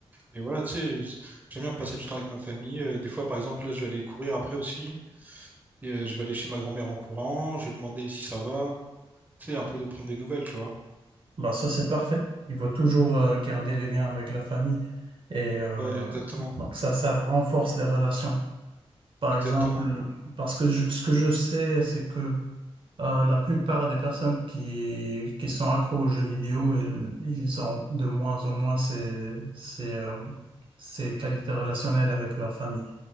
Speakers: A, on the right; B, on the right.
A: Et voilà, tu sais, j- j'aime bien passer du temps avec ma famille. Euh, des fois, par exemple, là, je vais aller courir après aussi. Et, euh, je vais aller chez ma grand-mère en courant. Je vais demander si ça va. Tu sais, un peu de prendre des nouvelles, tu vois.
B: ben, ça, c'est parfait. Il faut toujours euh, garder les liens avec la famille. Et euh,
A: Ouais, exactement,
B: donc, ça, ça renforce les relations. Par
A: exactement.
B: exemple, parce que je- ce que je sais, c'est que euh, la plupart des personnes qui, qui sont accros aux jeux vidéo, ils, ils ont de moins en moins ces, ces, euh, ces qualités relationnelles avec leur famille.